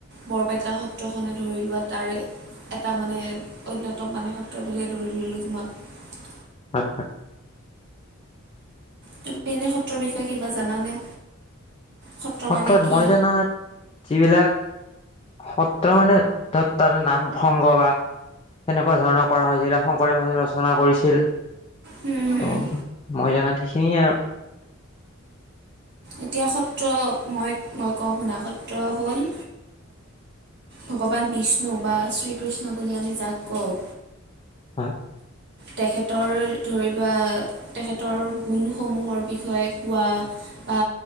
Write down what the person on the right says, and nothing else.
বৰপেটা সত্ৰখনে ধৰি লোৱা তাৰে এটা মানে অন্যতম মানে সত্ৰ বুলিয়ে ধৰিলোঁ লোকিমত
তুমি এনে সত্ৰৰ বিষয়ে কিবা জানানে? সত্ৰ
মানে কি?
উম হুম
এতিয়া সত্ৰ মই মই কওঁ শুনা সত্ৰ হ'ল ভগৱান বিষ্ণু বা শ্ৰীকৃষ্ণ বুলি আমি যাক কওঁ
তেখেতৰ ধৰি লোৱা তেখেতৰ গুণসমূহৰ বিষয়ে কোৱা বা